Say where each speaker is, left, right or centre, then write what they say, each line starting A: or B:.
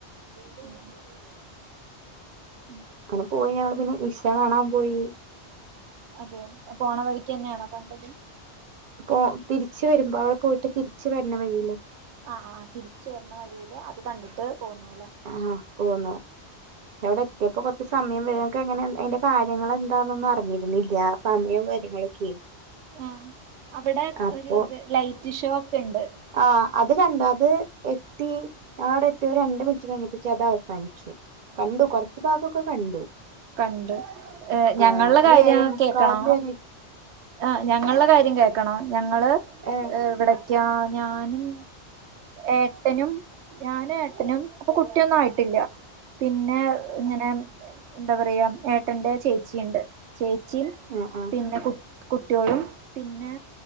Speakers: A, on the right (about 80°); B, on the right (about 45°).
A: <inaudible>
B: അങ്ങനെ പോയി ഞങ്ങള് പിന്നെ ഇഷ കാണാൻ പോയി
A: അതെ പോണ വഴിക്ക്ന്നെണോ കണ്ടത്
B: പ്പോ തിരിച് വരുമ്പോ അവടെ പോയിട്ട് തിരിച്ചു വരണ വഴിയില്
A: ആഹ് ആഹ് തിരിച് വരണ വഴിൽ അത് കണ്ടിട്ട് പോന്നുലെ
B: ആഹാ പോന്നു വിടെ ട്ട്യ പ്പൊകൊറച്ച് സമയംവരൊക്കെ എങ്ങനെ അതിന്റെ കാര്യങ്ങൾ എന്താന്നൊന്നും അറിഞ്ഞിരുന്നില്ല സമയവും കാര്യങ്ങളൊക്കെ
A: ആഹ് അവിടെ
B: അപ്പൊ
A: ഒരു ലൈറ്റ് ഷോ ഒക്കെ ഇണ്ട്
B: ആഹ് അത് കണ്ടു അത് ത്തി ഞ അവിടെ എത്തിയ രണ്ട് മിനിറ്റ് കഴിഞപ്പി അത് അവസാനിച്ചു കണ്ടു കൊറച്ചു ഭാഗൊക്കെ കണ്ടു
A: കണ്ട് എഹ് ഞങ്ങളുടെ
B: ആഹ് അത്
A: കാര്യം
B: ഏഴേ മുക്കാല്
A: കേക്കണോ
B: വരെ
A: ആഹ് ഞങ്ങൾടെ കാര്യം കേൾക്കണോ ഞങ്ങള്
B: ആഹ്
A: ഇവിടക്കാ ഞാനും ഏട്ടനും ഞാനും ഏട്ടനും അപ്പൊ കുട്ടിയൊന്നും ആയിട്ടില്ല പിന്നെ ഇങ്ങനെ എന്താ പറയാ ഏട്ടന്റെ ചേച്ചിണ്ട് ചേച്ചിയും
B: ആഹ് ആഹ്
A: പിന്നെ കു കുട്ട്യോളും പിന്നെ